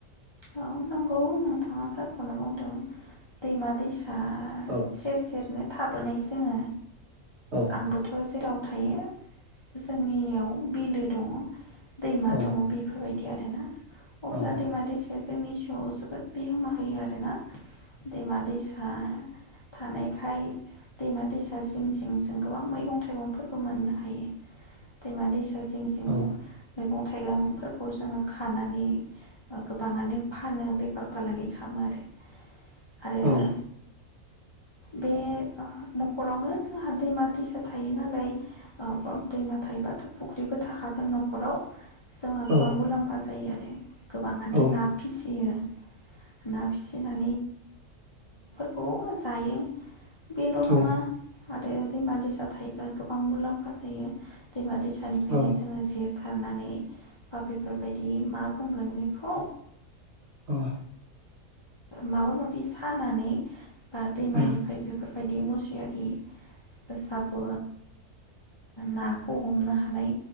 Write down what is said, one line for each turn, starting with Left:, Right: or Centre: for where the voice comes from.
Left: औ नंगौ नोंथाङा थारखौनो बुंदों दैमा दैसा
Right: औ
Left: सेर सेरनो थाबोनाय जोङो
Right: औ
Left: आंबोथ' जेराव थ थायो जोंनियाव बिलो दङ। दैमा
Right: औ
Left: दङ बेफोरबायदि बिदि आरोना। अब्ला
Right: औ
Left: दैमा दैसा जोंनि जिउआव जोबोद बिहोमा होयो आरोना दैमा दैसा थानायखाय दैमा दैसा जिं जिं जों गोबां मैगं थाइगंफोरबो मोननो हायो दैमा दैसा जिं जिं
Right: औ
Left: मैगं थाइगंफोरखौ जोङो खानानै गोबाङानो फानो बेफार फालांगि खालामो आरो
Right: औ
Left: आरो बे न'खरावनो जोंहा दैमा दैसा थायो नालाय दैमा थायोबाथ' फुख्रिबो थाखागोन न'खराव जोंहा
Right: औ
Left: गोबां मुलाम्फा जायो आरो गोबाङानो
Right: औ
Left: ना फिसियो ना फिसिनाय खौ जायो बेल'
Right: औ
Left: नङा आरो दैमा दैसा थायोब्ला गोबां मुलाम्फा जायो दैमा दैसा निफ्रायनो
Right: औ
Left: जोङो जेस सारनानै बा बेफोरबायदि मा बुंगोन बे खौ
Right: औ
Left: माबा माबि सानानै बा दैमानिफ्राय
Right: उम
Left: बेफोर बे बदि मुसियारिसाबो नाखौ हमनो हानाय